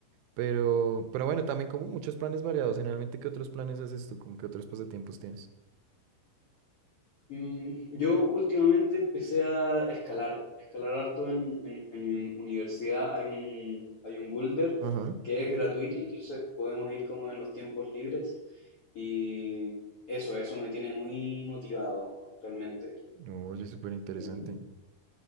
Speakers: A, on the right; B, on the left.
A: Pero, pero bueno, también como muchos planes variados. Generalmente, ¿qué otros planes haces tú? ¿Cómo qué otros pasatiempos tienes?
B: Mm, Yo últimamente empecé a escalar, a escalar harto en, en- en mi universidad. Hay un, hay un boulder
A: Ajá.
B: que es gratuito, Mm. entonces podemos ir como en los tiempos libres. Y eso, eso me tiene muy motivado actualmente.
A: Oye, súper interesante.
B: Em,